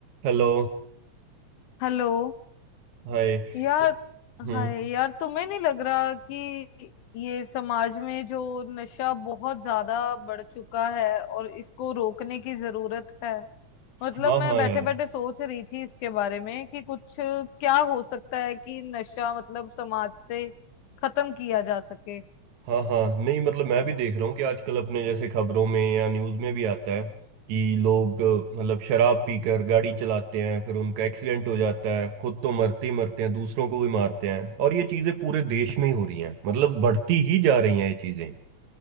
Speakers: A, on the right; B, on the left.
A: Hello
B: हेलो
A: Hi
B: यार
A: हम्म
B: हाय यार तुम्हें नहीं लग रहा कि ये समाज में जो नशा बहुत ज्यादा बढ़ चुका है और इसको रोकने की जरूरत है मतलब
A: हाँ
B: मैं
A: हाँ
B: बैठे
A: यार
B: बैठे सोच रही थी इसके बारे में कि कुछ क्या हो सकता है कि नशा मतलब समाज से खत्म किया जा सके
A: हाँ हाँ नहीं मतलब मैं भी देख रहा हूँ कि आजकल अपने जैसे खबरों में या न्यूज़ में भी आता है कि लोग अ, मतलब शराब पीकर गाड़ी चलाते हैं फिर उनका एक्सीडेंट हो जाता है खुद तो मरते ही मरते हैं दूसरों को भी मारते हैं और ये चीज़ें पूरे देश में ही हो रही हैं मतलब बढ़ती ही जा रही हैं ये चीज़ें